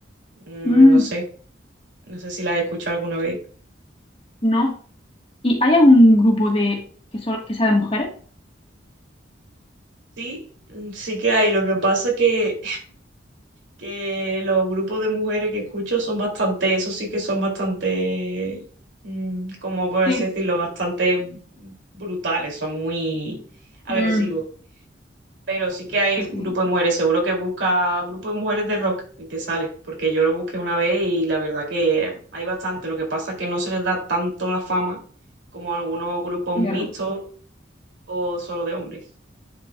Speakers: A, on the right; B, on the left.
A: Mm,
B: Mm,
A: No sé, no sé si la he escuchado alguna vez.
B: no. ¿Y hay algún grupo de que, sol- que sea de mujeres?
A: Sí, mm, sí que hay. Lo que pasa que, que los grupos de mujeres que escucho son bastante, eso sí que son bastante, mm, como por así
B: Sí.
A: decirlo, bastante brutales, son muy agresivos.
B: Mm,
A: Pero sí que hay
B: sí, sí,
A: grupos de mujeres, seguro que busca grupo de mujeres de rock y te sale, porque yo lo busqué una vez y la verdad que hay bastante. Lo que pasa que no se les da tanto la fama como a algunos grupos
B: claro.
A: mixtos o solo de hombres.